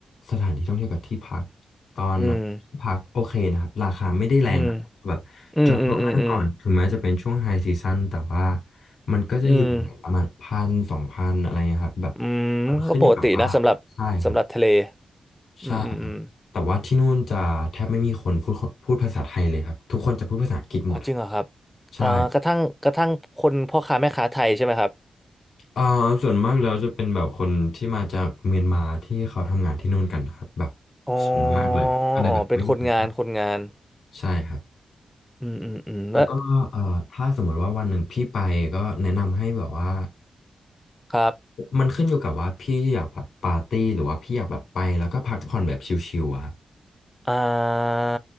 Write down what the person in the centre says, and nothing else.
อืมอืมอืมอืมอืมอืม
อืม อืมก็ปกตินะสำหรับสำหรับทะเล
อืมอืมอืม
อ๋อจริงเหรอครับ
อ่ากระทั่งกระทั่งคนพ่อค้าแม่ค้าไทยใช่ไหมครับ
อ๋อ
อ๋อเป็นคนงานคนงาน
อืมอืมอืมแล้ว
ครับ
อ่า